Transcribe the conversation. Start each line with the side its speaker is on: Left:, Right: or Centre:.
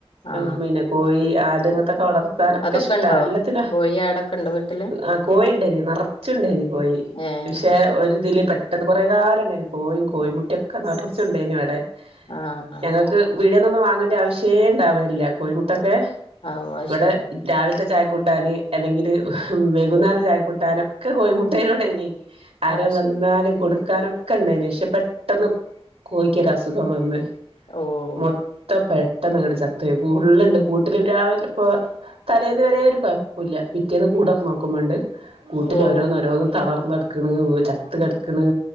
Left: ആഹ്
Right: ഉം പിന്നെ, കോഴി, ആട്, ങ്ങെൻത്തെക്കെ വളർത്താനൊക്കെ
Left: അതൊക്കെ
Right: ഇഷ്ടാ
Left: ഇണ്ടോ?
Right: എല്ലത്തിനും.
Left: കോഴി ആടൊക്കെ ഇണ്ടോ വീട്ടില്?
Right: ആഹ്, കോഴിണ്ടെയ്ന് നറച്ച്ണ്ടെയ്ന് കോഴി.
Left: ഏഹ്
Right: പക്ഷെ
Left: അത് ശരി
Right: ഒരിതില് പെട് ട്ടെന്ന് കോറെകാലം ണ്ടായിന്ന് കോയിം, കേയിമുട്ടിയെക്കെ നറച്ച്ണ്ടായീന്ന് വടെ
Left: ആഹ് ആഹ്
Right: ഞങ്ങക്ക്. പീട്യെന്നൊന്നും വാങ്ങേണ്ടൃ ആവശ്യേ ണ്ടാവലില്ല്യ. കോഴിമുട്ടൊക്കെ
Left: ഓഹ് അത്
Right: വടെ.
Left: ശരി
Right: രാവിൽത്തെ ചായ കൂട്ടാന്. അല്ലെങ്കില് വൈകുന്നാര ചായ കൂട്ടാന്. ഒക്കെ കോഴിമുട്ടയിനേടൈനി. ആരം
Left: അത്
Right: വന്നാലും
Left: ശരി
Right: കൊടുക്കാനൊക്കെണ്ടായിന്. പഷെ, പെട്ടെന്ന് കോഴിക്കെരു അസുഖം വന്ന്.
Left: ഓഹ്
Right: മൊത്തം പെട്ടെന്ന്ങ്ങണ്ട് ചത്ത് പോയി, ഫുള്ള്ങ്ങണ്ട്. കൂട്ടില് രാവിലെപ്പൊ തലേന്ന് വരെ ഒരു കെഴപ്പുല്ല്യ പിറ്റേന്ന് കൂടെർനോക്കുമ്പണ്ട്. കൂട്ടില്
Left: ഓഹ്
Right: ഓരോന്ന്, ഓരോന്ന്, തളർന്നെട്ക്ക്ണ്. ചത്ത് കിടക്ക്ണ്.